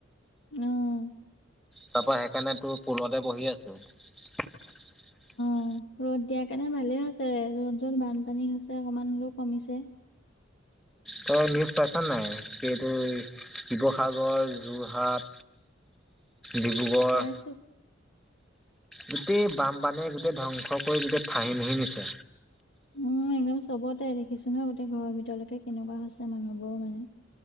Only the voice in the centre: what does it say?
তাৰ পৰা সেইকাৰণে তোৰ ফুলতে বহি আছো। <inaudible>
তই নিউজ পাইছ নাই? এইটো শিৱসাগৰ, যোৰহাট ডিব্ৰুগড়
গোটেই বামপানীয়ে গোটেই ধ্বংস কৰি গোটেই ফাহি নুহি নিছে।